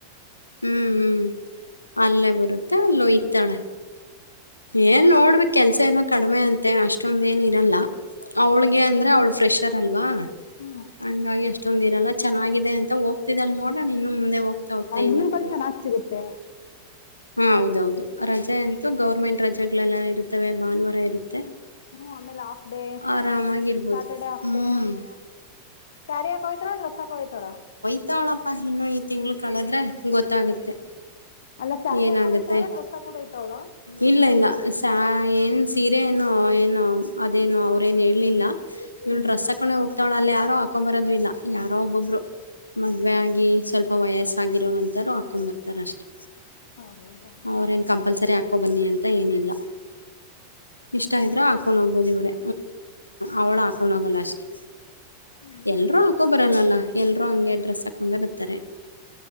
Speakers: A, on the left; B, on the left.
A: ಹ್ಮ್ ಹ್ಮ್. ಅಲ್ಲೇ ಬರುತ್ತೆ ಅಲ್ಲೊಯ್ತಾಳೆ ಏನ್ ನೋಡ್ಬೇಕಕ್ ಕೆಲ್ಸ ಏನೋ ಕಡಿಮೆ ಅಂತೆ ಅಷ್ಟೊಂದ ಏನ್ ಇರಲ್ಲ ಅವ್ಳಗೆ
B: ಹ್ಮ್
A: ಅಂದ್ರೆ ಅವ್ಳು ಫ್ರೆಶ್ ಹಾರ ಅಲ್ವಾ
B: ಹ್ಮ್
A: ಹಂಗಾಗಿ ಅಷ್ಟು <unintelligible> ಚೆನ್ನಾಗಿದೆ ಅಂತ ಹೋಗ್ತಿದ್ದಲ್ ನೋಡೋಣ ಇನ್ನು ಮುಂದೆ ಹೋಗ್ತಾ ಹೋಗ್ತಾ ಏನಾಗ್ತ
B: ಲೀವ್ಗಳು ಚೆನ್ನಾಗ್ ಸಿಗುತ್ತೆ
A: ಹಾ ಹೌದೌದು. ರಜೆ ಅಂತೂ ಗೌರ್ಮೆಂಟ್. ರಜೆಗಳೆಲ್ಲ ಇರುತ್ತವೆ ಭಾನುವಾರ ಇರುತ್ತೆ.
B: ಹ್ಮ ಆಮೇಲೆ ಹಾಫ್ ಡೇ
A: ಆರಾಮಾಗಿ ಇರ್ಬೋದು
B: ಸಟರ್ಡೇ ಹಾಫ್
A: ಹ್ಮ್
B: ಡೇ. ಚಾರಿಯ ಕವಿತಳ ರಸ ಕವಥಳ.
A: ಹತ್ತಾವಳಪ್ಪ ಇನ್ನುೂ ಈ ತಿಂಗಳು ಕಳೆದ್ರೆ ಗೊತ್ತಾಗುತ್ತೆ.
B: ಅಲ್ಲ ಸ್ಯಾರಿ
A: ಏನಾಗತ್ತೆ
B: ಹಾಕೊಂಡ್ ಹೋಯ್ತಾವಳ ಡ್ರೆಸ್ ಹಾಕೊಂಡ್ ಹೋಯ್ತಾವಳ
A: ಇಲ್ಲ ಇಲ್ಲ ಸ ಏನ್. ಸೀರ ಏನು ಏನು ಅದೇನು ಅವರೇನು ಹೇಳಲಿಲ್ಲ. ಇವಳ
B: ಹ್ಮ್
A: ರಸ ಕಕೊಂಡೆ ಹೋಗ್ತಾವಳ ಅಲ್ಲಿ. ಹ. ಹಾಕ್ಕೊಂಬರೋದು ಇಲ್ಲ ಯಾರೋ ಒಬ್ಬೊಬ್ಬರು ಮದುವೆ ಆಗಿ ಸ್ವಲ್ಪ ವಯಸ್ಸಾಗಿರೋರಂತರರು ಹಾಕ್ಕೊಬರ್ತಾರ ಅಷ್ಟೆ.
B: ಹೌದಾ
A: ಅವ್ರೇಏನ್ ಕಂಪಲ್ಸರಿ ಆಗ್ತ. ಹಾಕ್ಕೊಬನ್ನಿ ಅಂತ ಏನಿಲ್ಲ ಇಷ್ಟ ಇದರೂ ಹಾಕ್ಕೊಂಡು ಹೋಗ್ಬೋದು ಇವರೇ ಅವಳು ಹಾಕ್ಕೊಂಡೋಗಲ್ಲ ಅಷ್ಟೇ.
B: ಹ್ಮ್
A: ಎಲ್ರೂ ಹಾಕೋ ಬರಲ್ಲಲ್ಲ ಎಲ್ರೂ ಹಂಗೆ ಡ್ರೆಸ್ ಹಾಕೊಂಡೆ ಬರ್ತಾರೆ.